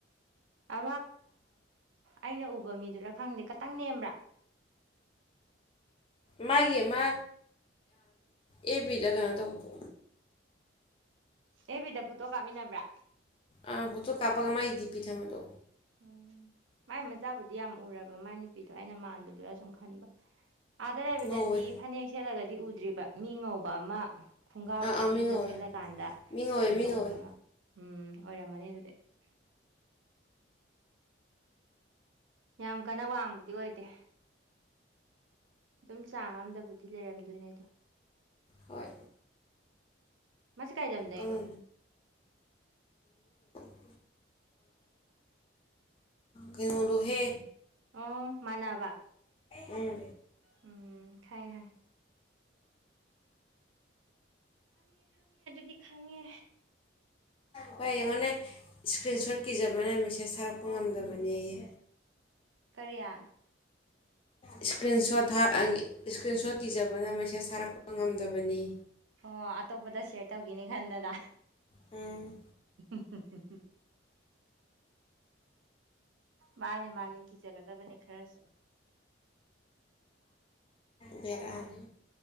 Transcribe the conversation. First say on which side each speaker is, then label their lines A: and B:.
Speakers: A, on the right; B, on the left.
A: ꯑ ꯑꯩꯅ ꯎꯕ ꯃꯤꯗꯨꯔ ꯈꯪꯗꯦ ꯈꯇꯪ ꯅꯦꯝꯕ꯭ꯔꯥ <inaudible>
B: ꯃꯥꯒꯤ ꯑꯃ ꯑꯦ ꯕꯤꯗ ꯀꯩꯅꯣ ꯇꯧꯕꯗꯣ
A: ꯑꯦꯕꯤꯗ ꯐꯣꯇꯣ ꯀꯥꯞꯃꯤꯟꯅꯕ꯭ꯔꯥ
B: ꯑꯥ ꯍꯣꯠꯇ ꯀꯥꯄꯛ ꯑꯃꯥꯏ ꯏꯗꯤ ꯄꯤ ꯊꯃꯦꯗꯣ
A: ꯎꯝ ꯃꯥꯏ ꯃꯆꯥꯕꯨꯗꯤ ꯌꯥꯝ ꯎꯔꯕ ꯃꯥꯏ ꯅꯨꯄꯤꯗꯣ ꯑꯩꯅ ꯃꯥꯟꯕꯗꯨꯔ ꯁꯨꯝ ꯈꯟꯕ ꯑꯥꯗ ꯂꯩꯕꯗꯗꯤ
B: ꯉꯧꯋꯦ
A: ꯐꯅꯦꯛ ꯁꯦꯠꯂꯒꯗꯤ ꯎꯗ꯭ꯔꯤꯕ ꯃꯤ ꯉꯧꯕ ꯑꯃ ꯈꯣꯡꯒ꯭ꯔꯥꯎꯒ
B: ꯑꯥ ꯑꯥ
A: ꯐꯨꯔꯤꯠꯀ
B: ꯃꯤ ꯉꯧꯋꯦ
A: ꯁꯦꯠꯂꯀꯥꯟꯗ
B: ꯃꯤ ꯉꯧꯋꯦ
A: ꯂꯩꯍꯧꯕ
B: ꯃꯤ ꯉꯧꯋꯦ
A: ꯑꯃ ꯎꯝ ꯑꯣꯏꯔꯝꯃꯅꯤ ꯑꯗꯨꯗꯤ ꯌꯥꯝ ꯀꯟꯅ ꯋꯥꯡꯕꯗꯤ ꯑꯣꯏꯗꯦ ꯑꯗꯨꯝ ꯆꯥꯡ ꯑꯃꯝꯗꯕꯨꯗꯤ ꯂꯩꯔꯝꯗꯣꯏꯅꯦꯗꯣ
B: ꯍꯣꯏ
A: ꯃꯥꯁꯦ ꯀꯥꯏ ꯂꯝꯗ ꯑꯩꯅꯣ
B: ꯀꯪ ꯑ ꯀꯗꯣ ꯇꯍꯦ
A: ꯑꯣ ꯃꯅꯥꯕ
B: ꯎꯝ
A: ꯎꯝ ꯈꯌꯦ ꯍꯥꯏꯥꯏ ꯗꯤ ꯈꯪꯉꯦ
B: ꯍꯣꯏ ꯑꯩꯡꯉꯣꯟꯅꯦ ꯏꯁꯀ꯭ꯔꯤꯟ
A: ꯎꯝ
B: ꯁꯣꯠ ꯀꯤꯖꯕꯅ ꯃꯦꯁꯦꯁ ꯊꯥꯔꯛꯄ ꯉꯝꯗꯕꯅꯦ ꯑꯩ
A: ꯀꯔꯤꯌꯥ
B: ꯏꯁꯀ꯭ꯔꯤꯟ ꯁꯣꯠ ꯏꯁꯀ꯭ꯔꯤꯟꯁꯣꯠ ꯀꯤꯖꯕꯅ ꯃꯦꯁꯦꯁ ꯊꯥꯔꯛꯄ ꯉꯝꯗꯕꯅꯤ
A: ꯑꯣ ꯑꯇꯣꯞꯄꯗ ꯁꯌꯔ ꯇꯧꯈꯤꯅꯤ ꯈꯟꯗꯅ
B: ꯎꯝ
A: ꯎꯝ ꯎ ꯎ ꯎ ꯃꯥꯅꯤ ꯃꯥꯅꯤ ꯀꯤꯖꯒꯗꯕꯅꯦ ꯈꯔꯁꯨ
B: ꯕꯔꯥꯟ